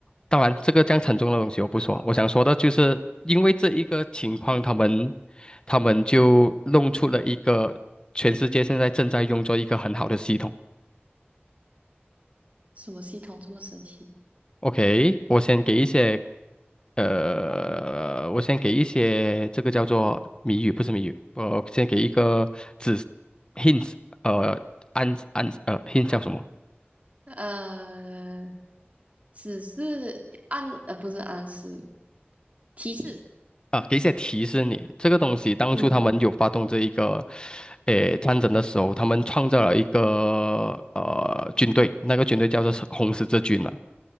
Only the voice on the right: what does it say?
什么系统这么神奇？
呃，只是暗，呃，不是暗示，提示。
嗯。